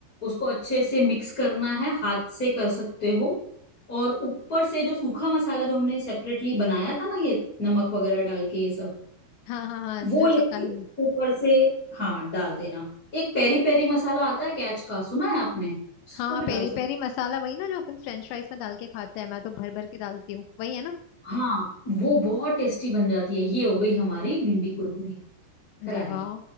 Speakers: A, on the left; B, on the left.
A: उसको अच्छे से मिक्स करना है हाथ से कर सकते हो और ऊपर से जो सूखा मसाला जो हमने सेपरेटली बनाया था ना ये नमक वगैरह डाल के ये सब
B: हाँ हाँ हाँ
A: वो
B: जो
A: लेके
B: चक्का नमक
A: ऊपर से हाँ डाल देना एक पेरी पेरी मसाला आता है कैच का सुना है आपने उसको
B: हाँ
A: भी डाल
B: पेरी
A: सकते
B: पेरी मसाला वही ना जो अपन फ्रेंच फ्राइज में डाल के खाते हैं मैं तो भर भर के डालती हूँ वही है ना
A: हाँ वो बहुत टेस्टी बन जाती है ये हो गई हमारी भिंडी कुरकुरी
B: अरे
A: करारी
B: वाह